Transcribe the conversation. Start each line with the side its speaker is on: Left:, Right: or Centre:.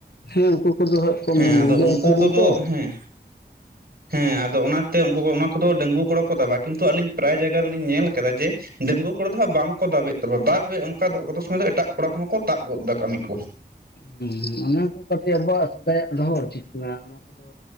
Left: ᱦᱮᱸ ᱩᱱᱠᱩ ᱠᱚᱫᱚ ᱦᱟᱸᱜ ᱠᱚ
Right: ᱦᱮᱸ ᱟᱫᱚ
Left: ᱤᱭᱟᱹ
Right: ᱩᱱᱠᱩ
Left: ᱦᱟᱛᱟᱣ
Right: ᱠᱚᱫᱚ
Left: ᱱᱟ ᱛᱚ
Right: ᱦᱮᱸ ᱦᱮᱸᱜᱼᱼ ᱦᱮᱸ ᱟᱫᱚ ᱚᱱᱟᱛᱮ ᱩᱱᱠᱩ ᱚᱱᱟ ᱠᱚᱫᱚ ᱰᱟᱹᱧᱣᱟᱹ ᱠᱚᱲᱟ ᱠᱚ ᱛᱟᱵᱟᱣᱟ ᱠᱤᱱᱛᱩ ᱟᱹᱞᱤᱧ ᱯᱨᱟᱭ ᱡᱟᱭᱜᱟ ᱨᱮᱞᱤᱧ ᱧᱮᱞ ᱠᱟᱫᱟ ᱡᱮ ᱰᱟᱹᱧᱣᱟᱹᱠᱼᱼ ᱠᱩᱲᱟᱹ ᱫᱚ ᱦᱟᱸᱜ ᱵᱟᱝ ᱠᱚ ᱫᱟᱵ ᱮ ᱛᱟᱵᱚᱣᱟ ᱫᱟᱵ ᱵᱮ ᱚᱝᱠᱟ ᱫᱚ ᱟᱵᱩ ᱥᱚᱸᱛᱮᱜ ᱮᱴᱟᱜ ᱠᱚᱲᱟ ᱠᱚᱦᱚᱸ ᱠᱚ ᱛᱟᱵ ᱜᱚᱫ ᱫᱟ ᱠᱟᱹᱢᱤ ᱠᱚ᱾
Left: ᱦᱩᱸ ᱚᱱᱟ ᱠᱚ ᱠᱟᱹᱴᱤᱡ ᱟᱵᱚᱣᱟᱜ ᱥᱮᱫᱟᱭᱟᱜ ᱰᱚᱦᱚ ᱩᱪᱤᱛ ᱠᱟᱱᱟ ᱚᱱᱟ ᱠᱚᱫᱚ